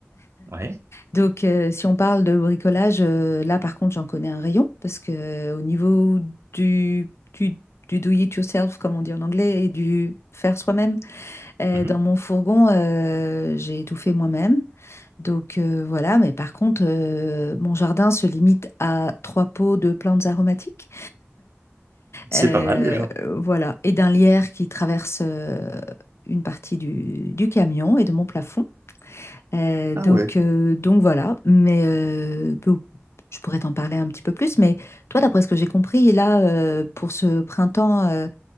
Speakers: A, on the right (about 75°); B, on the left (about 70°).
A: ouais.
B: Donc, euh, si on parle de bricolage, euh, là, par contre, j'en connais un rayon, parce que euh, au niveau du, du, du do it yourself, comme on dit en anglais, et du faire soi-même, euh,
A: Mhm.
B: dans mon fourgon, euh, j'ai tout fait moi-même. Donc euh, voilà, mais par contre, euh, mon jardin se limite à trois pots de plantes aromatiques,
A: C'est
B: euh,
A: pas mal déjà.
B: voilà, et d'un lierre qui traverse euh, une partie du, du camion et de mon plafond. Euh,
A: Ah
B: donc,
A: ouais.
B: euh, donc voilà, mais euh, bon, je pourrais t'en parler un petit peu plus, mais toi, d'après ce que j'ai compris, là, euh, pour ce printemps euh,